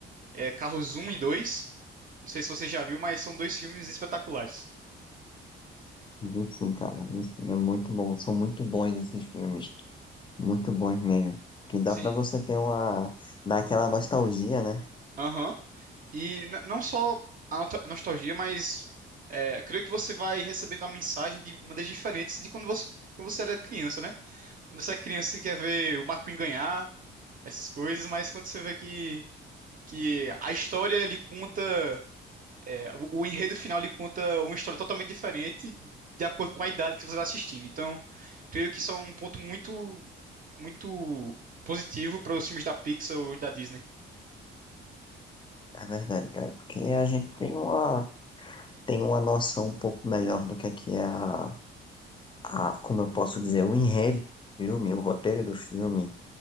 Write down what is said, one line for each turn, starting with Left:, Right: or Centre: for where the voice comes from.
Right: é, Carros um e dois Não sei se você já viu, mas são dois filmes espetaculares.
Left: Vi sim, cara. Vi sim. É muito bom. São muito bons esses filmes. Muito bons mesmo. Que dá
Right: Sim.
Left: pra você ter uma. dar aquela nostalgia, né?
Right: Aham. E n- não só a noto- nostalgia, mas é, creio que você vai recebendo a mensagem de maneiras diferentes de quando você, quando você era criança, né? Quando você é criança, você quer ver o McQueen ganhar, essas coisas, mas quando você vê que, que a história ele conta, é, o, o enredo final ele conta uma história totalmente diferente de acordo com a idade que você vai assistindo. Então, creio que isso é um ponto muito, muito positivo para os filmes da Pixar ou da Disney.
Left: É verdade, cara. Porque a gente tem uma. tem uma noção um pouco melhor do que é que é a. a como eu posso dizer, o enredo do filme, o roteiro do filme,